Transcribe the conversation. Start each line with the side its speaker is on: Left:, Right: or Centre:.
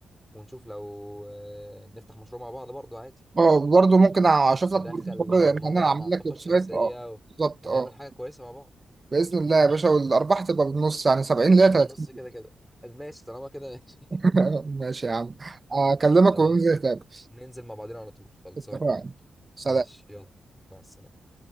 Centre: ونشوف لو آه، نفتح مشروع مع بعض برضو عادي
Right: اه برضه ممكن اشوف لك
Centre: ندخل
Right: برضه خبره
Centre: برمجة
Right: يعني انا اعمل
Centre: مع الطاقة
Right: لك ويب
Centre: الشمسية
Right: سايت اه
Centre: و...
Right: بالظبط
Centre: ونعمل
Right: اه
Centre: حاجة كويسة مع بعض
Right: باذن الله يا باشا والارباح تبقى بالنص يعني 70 ل
Centre: بالنص
Right: 30
Centre: كده كده ماشي طالما كده ماشي
Right: <laughs> ماشي يا عم اكلمك
Centre: <laughs> خلاص
Right: وننزل نتقابل
Centre: ننزل مع بعضنا على طول خلصان
Right: اتفقنا سلام
Centre: ماشي يلا مع السلامة